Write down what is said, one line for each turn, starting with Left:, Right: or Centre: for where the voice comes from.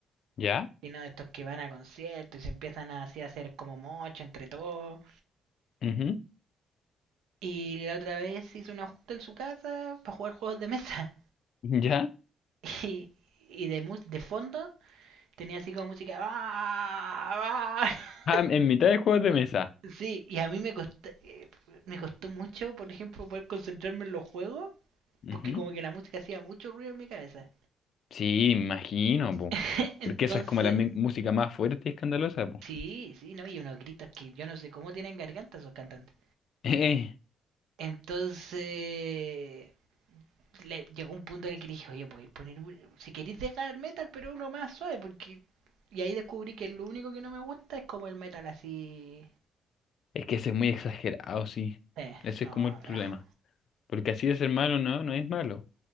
Left: ¿Ya?
Right: sino estos que van a conciertos y se empiezan a, así a hacer como mocho entre todos.
Left: Ujú.
Right: Y la otra vez hice una junta en su casa para jugar juegos de mesa.
Left: ¿Ya?
Right: <laughs> Y, y de, mu- de fondo tenía así como música. "Ah, ah". <laughs>
Left: Ah, en mitad de juegos de mesa.
Right: Sí, y a mí me costó, eh, me costó mucho, por ejemplo, poder concentrarme en los juegos,
Left: Ujú.
Right: porque como que la música hacía mucho ruido en mi cabeza.
Left: Sí, imagino, po.
Right: <laughs> Entonces,
Left: Porque esa es como la mi- música más fuerte y escandalosa, po.
Right: sí,
Left: <laughs>
Right: sí, no, y unos gritos que yo no sé cómo tienen garganta esos cantantes.
Left: Eh,
Right: Entonces, le- llegó un punto en el que dije, oye, podéis poner, un- si queréis dejar el metal, pero uno más suave, porque... Y ahí descubrí que lo único que no me gusta es como el metal así...
Left: es que ese es muy exagerado, sí.
Right: Eh,
Left: Ese
Right: no,
Left: es como el
Right: no,
Left: problema.
Right: lejos.
Left: Porque así de ser malo, no, no es malo.